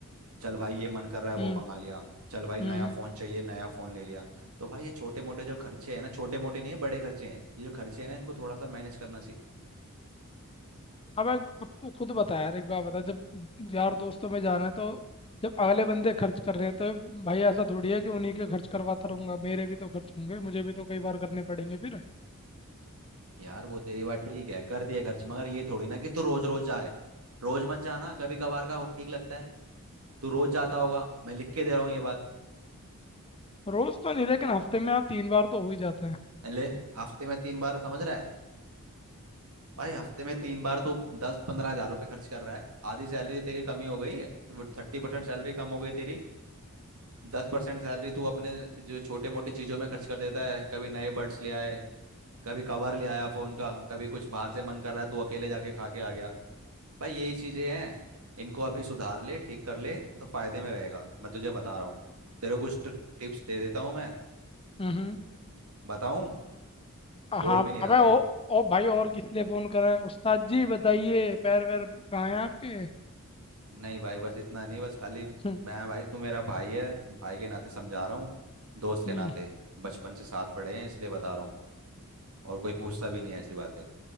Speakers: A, on the right (about 75°); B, on the left (about 25°).
A: चल भाई ये मन कर रहा है
B: हम्म
A: वो मंगा लिया चल भाई
B: हम्म
A: नया
B: हम्म।
A: फोन चाहिए नया फोन ले लिया तो भाई ये छोटे मोटे जो खर्चे हैं ना छोटे मोटे नहीं है बड़े खर्चे हैं ये जो खर्चे हैं ना इनको थोड़ा सा मैनेज करना सीख
B: अब एक- अब तू खुद बता यार एक बार बता जब यार दोस्तों में जाना है तो जब अगले बंदे खर्च कर रहे हैं तो भाई ऐसा थोड़ी है कि उन्हीं के खर्च करवाता रहूंगा मेरे भी तो खर्च होंगे मुझे भी तो कई बार करने पड़ेंगे फिर
A: यार वो तेरी बात ठीक है कर दिए खर्च मगर ये थोड़ी ना कि तू रोज रोज जाए रोज मत जाना कभी कभार का हो- ठीक लगता है तू रोज जाता होगा मैं लिख के दे रहा हूँ ये बात
B: रोज तो नहीं लेकिन हफ्ते में हाँ तीन बार तो हो ही जाते हैं
A: ले हफ्ते में तीन बार समझ रहा है भाई हफ्ते में तीन बार तू दस पंद्रह हजार रुपये खर्च कर रहा है आधी सैलरी तेरी कमी हो गई है तो थर्टी परसेंट सैलरी कम हो गई तेरी दस परसेंट सैलरी तू अपने जो छोटे मोटी चीजों में खर्च कर देता है कभी नए बड्स ले आए कभी कवर ले आया फोन का कभी कुछ बाहर से मन कर रहा है तू अकेले जाके खा के आ गया भाई यही चीजें हैं इनको अभी सुधार ले ठीक कर ले तो फायदे में रहेगा मैं तुझे बता रहा हूँ तेरे को कुछ टिप्स दे देता हूँ मैं
B: हम्म हम्म।
A: बताऊं बोल
B: हाँ
A: भी नहीं
B: अबे
A: रहा
B: ओ,
A: भाई
B: ओ भाई और किस लिए फोन करा है उस्ताद जी बताइए पैर वैर कहाँ है आपके
A: नहीं भाई बस इतना नहीं बस खाली
B: हम्म
A: मैं भाई तू मेरा भाई है भाई के नाते समझा रहा हूँ दोस्त के
B: हम्म।
A: नाते बचपन से साथ पढ़े हैं इसलिए बता रहा हूँ और कोई पूछता भी नहीं है ऐसी बातें